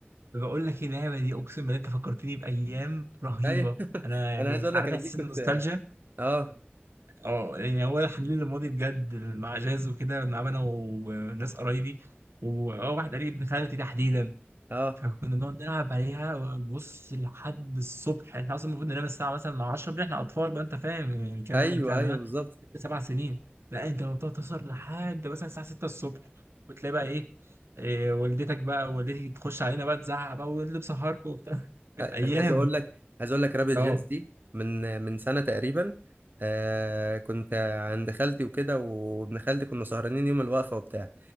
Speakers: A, on the right; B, on the right.
A: بقول لك إيه، اللعبه دي اقسم بالله انت فكرتني بايام رهيبه
B: ايوه <laughs>
A: انا يعني
B: انا عايز اقول
A: عارف
B: لك أنا
A: احساس
B: دي كنت
A: النوستالجيا
B: اه
A: اه يعني هو حنين للماضي بجد مع جاز وكده بنلعب انا وناس قرايبي واه واحد قريب ابن خالتي تحديدا
B: اه
A: فكنا بنقعد نلعب عليها بص لحد الصبح احنا اصلا المفروض ننام الساعه مثلا 10 بالليل احنا اطفال بقى انت فاهم يعني الكلام
B: ايوه
A: ده من كان عندنا
B: ايوه بالظبط
A: ست سبع سنين لا انت بتقعد تسهر لحد مثلا الساعه 6 الصبح وتلاقي بقى ايه, إيه والدتك بقى والدتي تخش علينا بقى تزعق بقى واللي بسهركم وبتاع <laughs> كانت
B: انا
A: ايام
B: عايز اقول لك عايز اقول لك رابط
A: اه
B: جاز دي من من سنه تقريبا آه كنت عند خالتي وكده وابن خالتي كنا سهرانين يوم الوقفه وبتاع